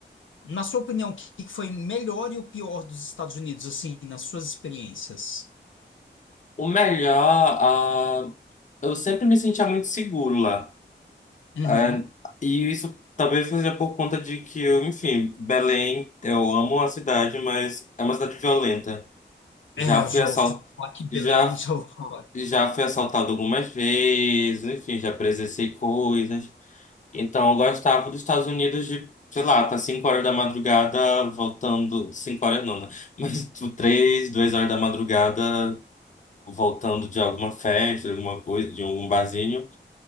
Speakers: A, on the left; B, on the left.
A: na sua opinião, o que que foi melhor e o pior dos Estados Unidos, assim, nas suas experiências?
B: O melhor, ah, eu sempre me sentia muito seguro lá.
A: Uhum.
B: Ah, e isso talvez seja por conta de que eu, enfim, Belém, eu amo a cidade, mas é uma cidade violenta. Já
A: É, eu
B: fui
A: já
B: assal...
A: ouvi falar que Belém,
B: já,
A: já ouvi falar.
B: já fui assaltado algumas vezes, enfim, já presenciei coisas. Então, eu gostava dos Estados Unidos de, sei lá, tá 5 horas da madrugada voltando. cinco horas não, né? Mas tipo, 3, 2 horas da madrugada voltando de alguma festa, de alguma coisa, de algum barzinho,